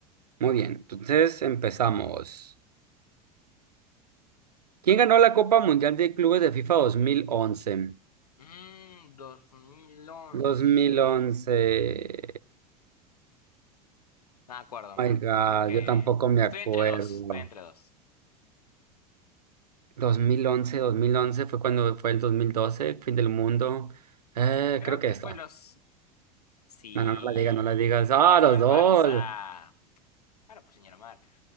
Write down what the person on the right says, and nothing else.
Muy bien, entonces empezamos. ¿Quién ganó la Copa Mundial de Clubes de FIFA dos Dos mil once?
dos mil once.
Oh my God,
yo tampoco me
acuerdo.
dos dos mil once dos mil once fue cuando fue el dos mil doce fin del mundo. Eh,
creo que
esta.
No, no, no la digas, no la digas. ¡Ah,
los
dos!